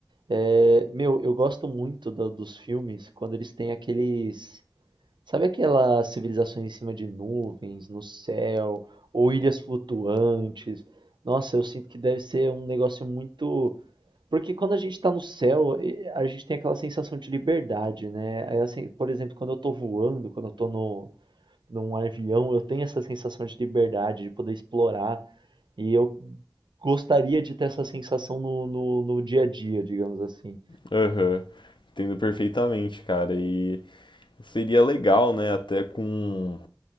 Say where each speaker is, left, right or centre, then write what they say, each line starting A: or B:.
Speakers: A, on the right; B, on the left.
A: É, meu, eu gosto muito do- dos filmes quando eles têm aqueles. Sabe aquelas civilizações em cima de nuvens, no céu, ou ilhas flutuantes? Nossa, eu sinto que deve ser um negócio muito. Porque quando a gente tá no céu, e- a gente tem aquela sensação de liberdade, né? Aí, assim, por exemplo, quando eu tô voando, quando eu tô no, num avião, eu tenho essa sensação de liberdade, de poder explorar. E eu gostaria de ter essa sensação no, no, no dia a dia, digamos assim.
B: aham. Entendo perfeitamente, cara. E seria legal, né? Até com.